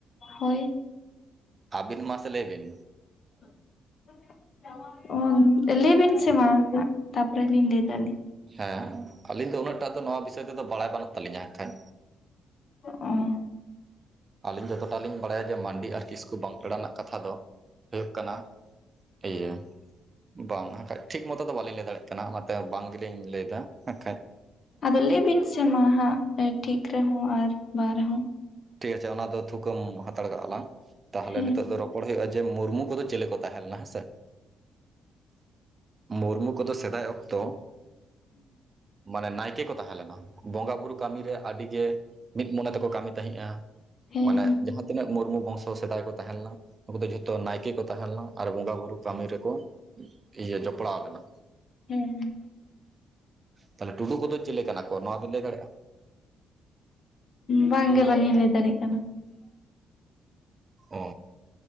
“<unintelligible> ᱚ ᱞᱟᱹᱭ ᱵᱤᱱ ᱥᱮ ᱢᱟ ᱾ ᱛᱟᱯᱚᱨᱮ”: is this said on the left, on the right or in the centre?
Left